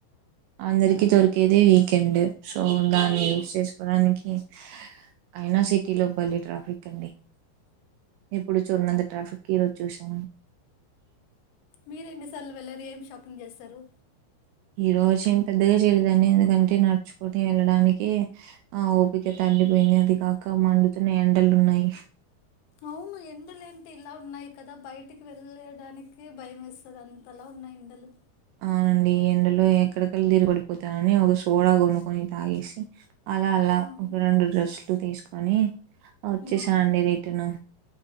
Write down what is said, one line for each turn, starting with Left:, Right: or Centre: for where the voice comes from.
Right: అందరికి దొరికేదే వీకెండ్ సో దాన్ని
Left: అవును
Right: యూస్ చేసుకోడానికి అయినా సిటీ లో బలే ట్రాఫిక్ అండి ఏప్పుడు చూన్నంత టఫిక్ ఇడా చూసా
Left: మీరెన్నిసార్లు వెళ్లరు ఏం షాపింగ్ చేసారు
Right: ఈ రోజు ఏం పెద్దగా చేయలేదండి ఎందుకంటే నడుచుకొని వెళ్ళడానికి ఆ ఓపికత గ్గి పోయింది అది కాక మండుతున్న ఎండలు ఉన్నాయి
Left: అవును ఎండలు ఏంటి ఇలా ఉన్నాయి కదా బయటికి వెళ్ళడానికి భయం వేస్తాది అంతలా ఉన్నాయి ఎండలు
Right: అవునండి ఈ ఎండలో ఎక్కడకడ తిరి పడిపోతానని ఒక సోడా కొనుక్కొని తాగేసి అలా అలా
Left: అవును
Right: ఒక రెండు డ్రెస్లు తీసుకొని వచ్చేసానండి
Left: ఉమ్,
Right: రిటర్ను